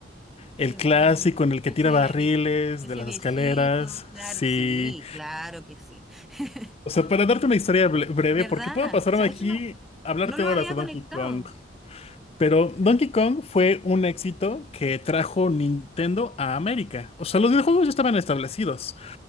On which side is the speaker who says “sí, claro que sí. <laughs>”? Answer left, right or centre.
Centre